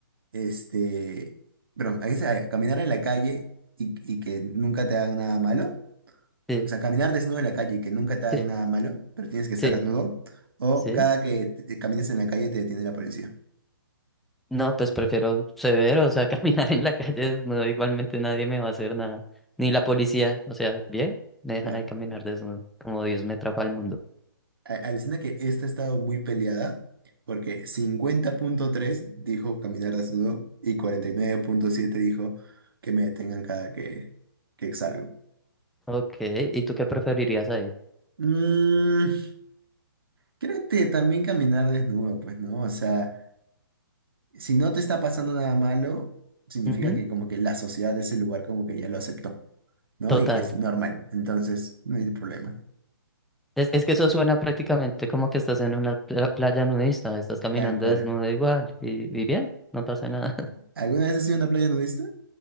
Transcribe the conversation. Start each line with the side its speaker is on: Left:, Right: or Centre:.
Right: Este, perdón, ahí dice, ah, caminar en la calle y, y que nunca te hagan nada malo.
Centre: Sí,
Right: O sea, caminar desnudo en la calle y que nunca te hagan
Centre: sí,
Right: nada malo, pero tienes que
Centre: sí,
Right: estar desnudo. O
Centre: sí.
Right: cada que te- te camines en la calle te detiene la policía.
Centre: No, pues prefiero severo, o sea, <laughs> caminar en la calle desnudo. Igualmente nadie me va a hacer nada. Ni la policía. O sea, bien, me dejan
Right: Claro.
Centre: ahí caminar desnudo, como Dios me trajo al mundo.
Right: a- Alucina que esta ha estado muy peleada porque cincuenta punto tres dijo caminar desnudo y cuarenta y nueve punto siete dijo que me detengan cada que, que salgo.
Centre: Ok, ¿y tú qué preferirías ahí?
Right: Mm, creo que también caminar desnudo, pues, ¿no? O sea, si no te está pasando nada malo, significa
Centre: Ujú,
Right: que como que la sociedad de ese lugar como que ya lo aceptó, ¿no?
Centre: Total.
Right: Y que es normal, entonces no hay problema.
Centre: Es, es que eso suena prácticamente como que estás en una pla- playa nudista, estás caminando
Right: Tal cual.
Centre: desnudo igual y, y bien, no pasa nada. <laughs>
Right: ¿Alguna vez has sido una playa nudista?